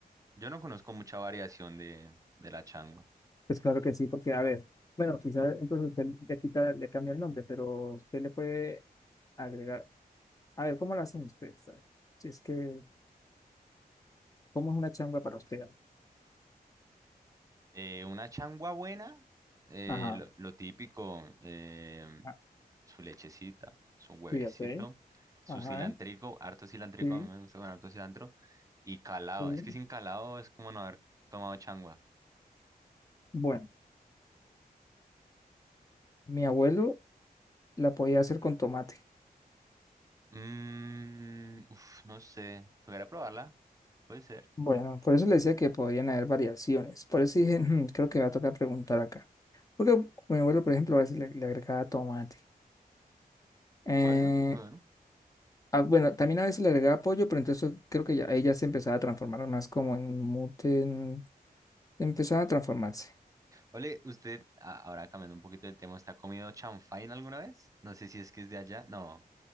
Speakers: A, on the right; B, on the left.
A: yo no conozco mucha variación de, de la changua.
B: Pues claro que sí, porque a ver, bueno, quizás entonces usted le quita, le cambia el nombre, pero usted le puede agregar... A ver, ¿cómo lo hacen ustedes? A ver, Si es que, ¿cómo es una changua para usted?
A: Eh, una changua buena, eh,
B: Ajá,
A: lo, lo típico, eh,
B: ah,
A: su lechecita, su huevecito,
B: sí, ok,
A: su
B: ajá,
A: cilantrico, harto cilantrico,
B: sí,
A: a mí me gusta con harto cilantro, y calado.
B: sí.
A: Es que sin calado es como no haber tomado changua.
B: Bueno, mi abuelo la podía hacer con tomate.
A: Mm, uf, no sé. Tocará probarla. Puede ser.
B: Bueno, por eso le decía que podían haber variaciones. Por eso dije, "Mm, creo que me va a tocar preguntar acá. Porque mi abuelo, por ejemplo, a veces le, le agregaba tomate. Eh,
A: Bueno, bueno.
B: ah, bueno, también a veces le agregaba pollo, pero entonces creo que ya, ahí ya se empezaba a transformar más como en un mute. empezaba a transformarse.
A: Ole, usted, a- ahora cambiando un poquito del tema, ¿usted ha comido chanfaina alguna vez? No sé si es que es de allá. No,